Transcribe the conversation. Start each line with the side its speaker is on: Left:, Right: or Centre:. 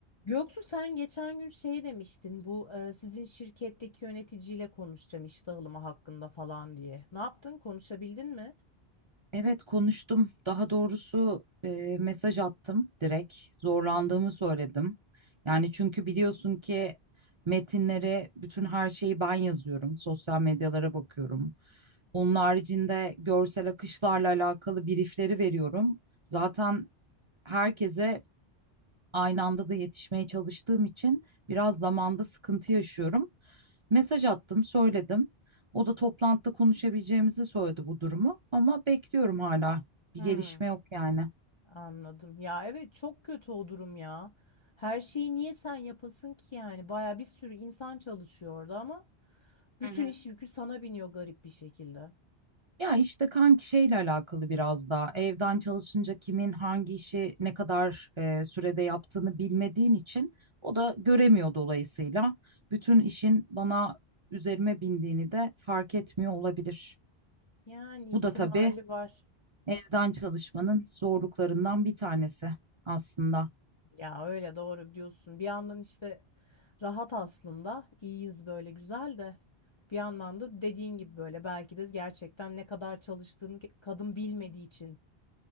Left: Göksu sen geçen gün şey demiştin bu e, sizin şirketteki yöneticiyle konuşacağım iş dağılımı hakkında falan diye. Ne yaptın? Konuşabildin mi?
Right: Evet konuştum. Daha doğrusu e, mesaj attım direkt. Zorlandığımı söyledim. Yani çünkü biliyorsun ki metinlere bütün her şeyi ben yazıyorum. Sosyal medyalara bakıyorum. Onun haricinde görsel akışlarla alakalı briefleri veriyorum. Zaten herkese Aynı anda da yetişmeye çalıştığım için biraz zamanda sıkıntı yaşıyorum. Mesaj attım, söyledim. O da toplantıda konuşabileceğimizi söyledi bu durumu ama bekliyorum hala. Bir
Left: Hmm,
Right: gelişme yok yani.
Left: anladım. Ya evet çok kötü o durum ya. Her şeyi niye sen yapasın ki yani? Baya bir sürü insan çalışıyor orada ama bütün
Right: Hı hı.
Left: iş yükü sana biniyor garip bir şekilde.
Right: Ya işte kanki şeyle alakalı biraz daha evden çalışınca kimin hangi işi ne kadar e, sürede yaptığını bilmediğin için o da göremiyor dolayısıyla bütün işin bana üzerime bindiğini de fark etmiyor olabilir.
Left: Yani
Right: Bu
Left: ihtimali
Right: da tabii
Left: var.
Right: Evden çalışmanın zorluklarından bir tanesi aslında.
Left: Ya öyle doğru diyorsun. Bir yandan işte rahat aslında. iyiyiz böyle güzel de. Bir yandan da dediğin gibi böyle belki de gerçekten ne kadar çalıştığını ki- kadın bilmediği için